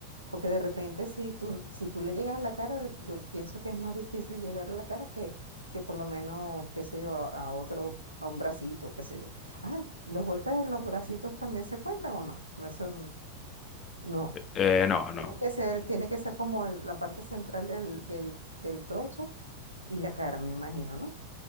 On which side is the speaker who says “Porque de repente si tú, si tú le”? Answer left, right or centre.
Right